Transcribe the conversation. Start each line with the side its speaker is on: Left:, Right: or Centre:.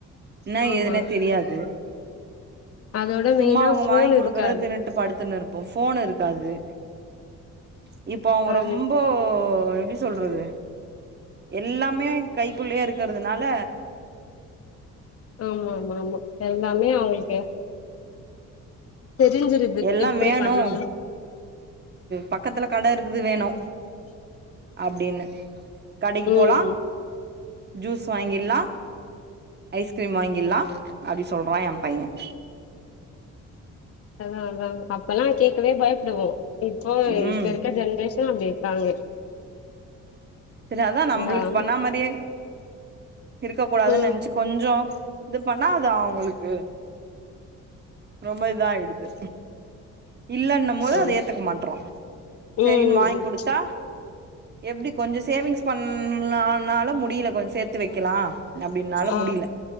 Right: என்ன
Left: ஆமா
Right: ஏதுனே தெரியாது
Left: அதோட
Right: சும்மா
Left: மெயினா
Right: அவங்க
Left: ஃபோன்
Right: வாங்கி குடுக்குறதை
Left: இருக்காது
Right: தின்னுட்டு படுத்துன்னு இருப்போம் போன் இருக்காது ப்ச் இப்போ அவங்க
Left: அது
Right: ரொம்போ இப்போ எப்டி சொல்றது எல்லாமே கைக்குள்ளேயே இருக்கிறதுனால
Left: ஆமா ஆமா ஆமா எல்லாமே அவங்களுக்கு தெரிஞ்சிருது
Right: எல்லாம்
Left: எப்டி
Right: வேணும்
Left: பண்ணணு
Right: பக்கத்துல கடை இருக்கு இது வேணும் அப்படின்னு கடைக்கு
Left: ம்
Right: போலாம்
Left: ம்
Right: ஜூஸ் வாங்கிடலாம் ஐஸ்கிரீம் வாங்கிடலாம் அப்படி சொல்றான் என் பையன்
Left: அதான் அதான் அப்பல்லாம் கேட்கவே பயப்படுவோம் இப்போ
Right: ம்
Left: இப்ப இருக்க ஜென்ரேஷன் அப்படி இருக்காங்க
Right: சரி அதான் நம்மளுக்கு
Left: எல்லாம்
Right: பண்ண மாதிரியே இருக்க கூடாதுன்னு
Left: ம்
Right: நினைச்சு கொஞ்சம் இது பண்ணாதா அது உங்களுக்கு ரொம்ப இதா ஆயிடுது இல்லைன்னும் போது
Left: அம்
Right: அதை ஏத்துக்க மாட்டறோம் சரினு
Left: ம்
Right: வாங்கி கொடுத்தா எப்படி கொஞ்சம் சேவிங்ஸ் பண்ணலாம் பன்னாலும் முடியல கொஞ்சம் சேர்த்து வைக்கலாம் அப்படின்னால
Left: ஆ
Right: முடியல